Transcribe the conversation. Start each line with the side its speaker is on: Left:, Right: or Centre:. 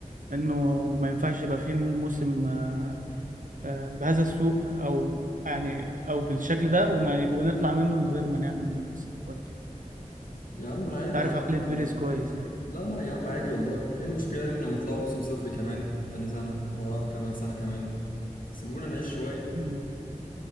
Right: انه ما ينفعش يبقى فيه موسم آه آه بهذا السوء او يعني او بالشكل ده وما ونطلع منه من غير ما نعمل الصفقات دي
Left: يا عم عادي
Right: انت عارف
Left: يا عم
Right: عقليه
Left: يا
Right: بيريز
Left: عم.
Right: كويس يعني
Left: لا لا يا عم عادي والله ايه المشكلة يعني لما طلعوا موسم صفري كمان تاني سنة وراها كمان سنة كمان سيبونا نعيش شوية
Right: مم.